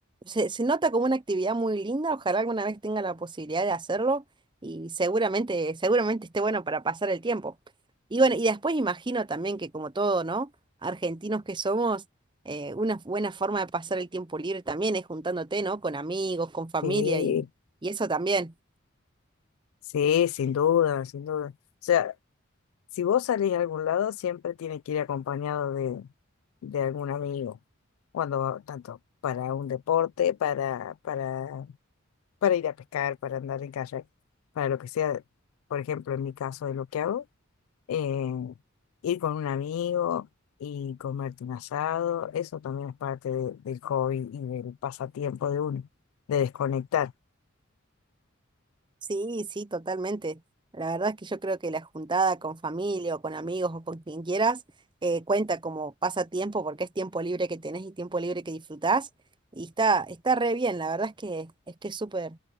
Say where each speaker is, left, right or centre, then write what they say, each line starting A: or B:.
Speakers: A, on the right; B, on the left.
A: se, se nota como una actividad muy linda. Ojalá alguna vez tenga la posibilidad de hacerlo y seguramente, seguramente esté bueno para pasar el tiempo. Y bueno, y después imagino también que como todo, ¿no? Argentinos que somos, eh, una buena forma de pasar el tiempo libre también es juntándote, ¿no? Con amigos, con familia
B: Sí,
A: y, y eso también.
B: sí, sin duda, sin duda. O sea, Si vos salís a algún lado, siempre tiene que ir acompañado de, de algún amigo. Cuando va- tanto para un deporte, para, para, para ir a pescar, para andar en kayak, para lo que sea, por ejemplo, en mi caso de lo que hago, eh, ir con un amigo y comerte un asado, eso también es parte de- del hobby y del pasatiempo de uno, de desconectar.
A: Sí, sí, totalmente. La verdad es que yo creo que la juntada con familia o con amigos o con quien quieras eh, cuenta como pasatiempo porque es tiempo libre que tenés y tiempo libre que disfrutás. Y está, está re bien, la verdad es que es que es súper,